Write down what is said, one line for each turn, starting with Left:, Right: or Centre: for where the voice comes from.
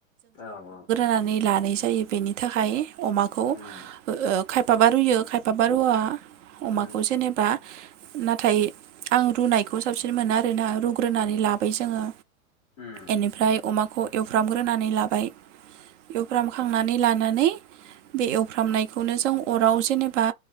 Left: औ औ
Right: नानै लानाय जायो बेनि थाखाय अमाखौ ओ
Left: उम
Right: खायफाबा रुयो खायफाबा रुवा। अमाखौ
Left: उम
Right: जेनेबा नाथाय आं रुनायखौ साबसिन मोनो आरोना रुग्रोनानै लाबाय जोङो।
Left: उम
Right: एनिफ्राय अमाखौ एवफ्रामग्रोनानै लाबाय। एवफ्रामखांनानै लानानै बे एवफ्रामनायखौनो जों अराव जेनेबा